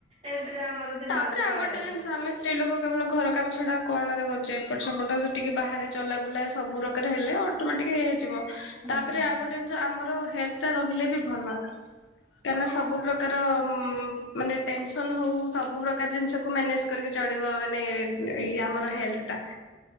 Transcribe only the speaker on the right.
ଏମିତିରେ ଆମର ଦିନ
ରାତି
ପଳେଇବ
ହୁଁ।